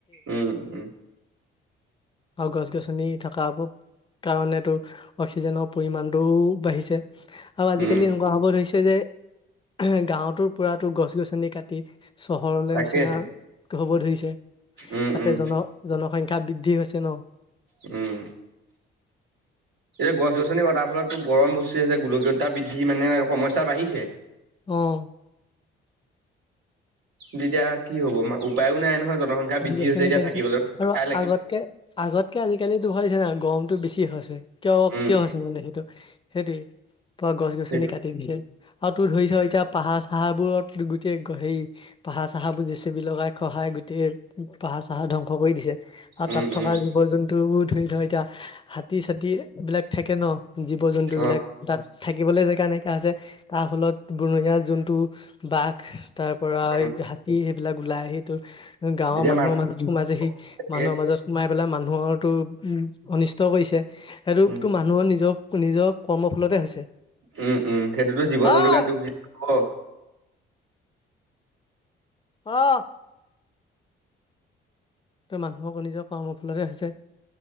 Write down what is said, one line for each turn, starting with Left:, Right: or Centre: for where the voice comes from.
Right: উম উম।
Left: অহ গছ গছ গছনি থকা কাৰণেতো অক্সিজেনৰ পৰিমাণটোও বাঢ়িছে। আৰু আজিকালি
Right: উম
Left: এনেকুৱা হব ধৰিছে যে এ গাৱতো পোৰাতো গছ গছনি কাটি চহৰলে
Right: তাকেহে
Left: নিচিনা। হব ধৰিছে,
Right: উম
Left: তাতে
Right: উম
Left: জন-জনসংখ্যা বৃদ্ধি হৈছে ন।
Right: উম, এতিয়া গছ গছনি কটাৰ ফলতো গৰম বেছি হৈছে গোলকীয়তা বৃদ্ধি মানে সমস্যা বাঢ়িছে।
Left: অ',
Right: তেতিয়া কি হ'ব ম উপায়ো নাই নহয় জনসংখ্যা
Left: গছ
Right: বৃদ্ধি
Left: - গছনি
Right: হৈছে এতিয়া
Left: কাটিছে
Right: থাকিবলৈ
Left: আৰু
Right: ঠাই লাগিব
Left: আগতকে - আগত। কে আজিকালিতো হছে না গৰমতটো বেছি হৈছে কিয়
Right: উম
Left: কিয় হৈছে মানে সেইটো সেইটোৱে। পোৱা গছ - গছনি
Right: সেইটো
Left: কাটি দিছে আৰু তোৰ ধৰিছ এতিয়া পাহাৰ হাৰ বোৰত গোটেই হে পাহাৰ চাহাৰবোৰ জেচিপি লগাই খহাই গোটেই। পাহাৰ চাহাৰ ধ্বংস কৰি দিছে, আৰু
Right: উম
Left: তাত থকা
Right: উম
Left: জীৱ জন্তুবোৰ ধ - ধৰ এতিয়া হাতী চাতীবিলাক থাকে ন জীৱ জন্তুবিলাক
Right: অ
Left: তাত। থাকিবলৈ জেগা নাইকা হৈছে তাৰ ফলত বনৰীয়া জন্তু বাঘ তাৰ পৰা
Right: অ
Left: হাতী সেইবিলাক ওলাই আহি টো গাঁৱৰ
Right: এতিয়া
Left: মানুহৰ
Right: মানুহ
Left: মাজত সোমাইছেহি,
Right: থাকে
Left: মানুহৰ মাজত সোমাই পেলাই মানুহৰ তোৰ অনিষ্ট ষ্ট কৰিছে সেইটোতো
Right: উম
Left: মানুহৰ নিজৰ - নিজৰ কৰ্মৰ ফলতে হৈছে।
Right: উম - উম সেইটোতো জীৱ
Left: অ',
Right: জন্তুৰ গাত দুখ দি হব।
Left: অ', ত মানুহকো নিজৰ কৰ্মৰ ফলতে হৈছে